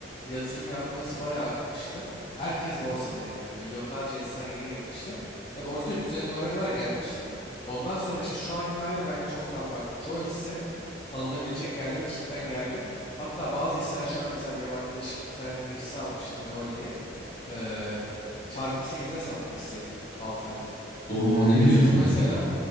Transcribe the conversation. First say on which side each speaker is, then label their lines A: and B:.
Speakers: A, on the left; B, on the left.
A: yatırım yapması bayağı artmıştı. Herkes borsadaydı yani. Milyonlarca insan yeni girmişti. Ve borsa 350 dolara kadar gelmişti. Ondan sonra işte şu anki hali bence çok daha farklı. Çoğu hisse alınabilecek yerlere cidden geldi. Hatta bazı hisseler şu an mesela benim arkadaşım bir tane hisse almıştı Pehol diye. Ee, çarpı sekize sattı hisseyi 6 ayda.
B: Oo
A: Ee, yatırımı
B: ne diyorsun?
A: mesela